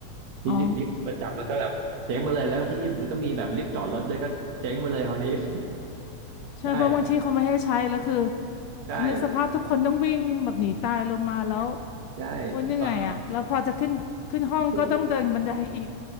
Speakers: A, on the right (about 65°); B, on the left (about 75°).
A: ที่ลิฟต์ลิฟต์ประจำมันก็แบบเจ๊งมาเลยแล้วก็ที่มันก็มีแบบลิฟต์จอดรถด้วยก็เจ๊งมาเลยคราวนี้
B: อ๋อ
A: <laughs>
B: ใช่เพราะบางทีเขาไม่ให้ใช้แล้วคือ
A: ใช่ใช่
B: คือนึกสภาพทุกคนต้องวิ่งแบบหนีตายลงมาแล้ว
A: ใช่
B: โอ้ยเหนื่อยอ่ะแล้วพอจะขึ้นขึ้นห้องก็ต้องเดินบันไดอีก
A: ตอนขึ้น